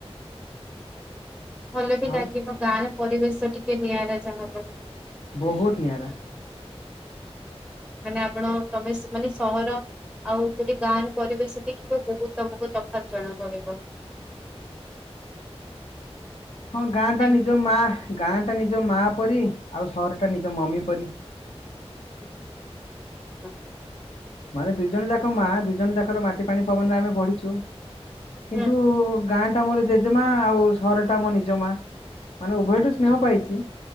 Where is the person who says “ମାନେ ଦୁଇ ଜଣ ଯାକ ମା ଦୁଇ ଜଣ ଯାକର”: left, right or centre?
Left